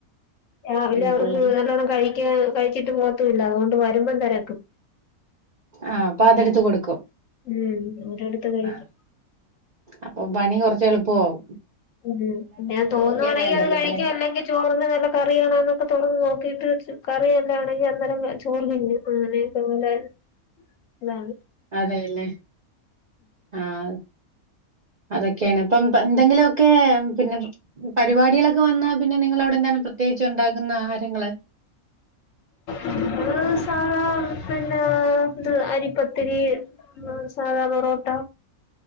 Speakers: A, on the left; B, on the right.
A: രാവിലെ
B: ഉം
A: അവർക്ക്
B: പുള്ളര്
A: നല്ലോണ്ണം കഴി ക്കാ കഴിച്ചിട്ട് പോവത്തൂ ഇല്ലാ അതുകൊണ്ട് വരുമ്പോ തെരക്കും.
B: ആഹ് അപ്പൊ അതെടുത്ത് കൊടുക്കും.
A: ഉം അതെടുത്ത് കഴിക്കും
B: ആഹ് അപ്പൊ പണി കൊറച്ച് എളുപ്പവാകും.
A: ഉം പിന്നെ അത് തോന്നുവാണെങ്കി
B: വേണ്ടല്ലോ
A: അത് കഴിക്കും
B: അല്ലേ
A: അല്ലെങ്കി ചോറിന്ന് നല്ല കറിയണോന്നൊക്കെ തൊറന്ന് നോക്കീട്ട് കറി നല്ലാണെങ്കി അന്നേരം ചോറ് തിന്നും അങ്ങനെയെക്കെ <unintelligible> അതാണ്
B: അതെല്ലേ ആഹ് അതൊക്കേണ് ഇപ്പം എന്തെങ്കിലൊക്കെ പി പരിപാടികളൊക്കെ വന്നാ പിന്നെ നിങ്ങള് അവിടെന്താണ് പ്രത്യേകിച്ച് ഉണ്ടാക്കുന്ന ആഹാരങ്ങള്?
A: നമ്മള് സാധാ പിന്നെ അരിപ്പത്തിരി. ആഹ് സാധാ പൊറോട്ട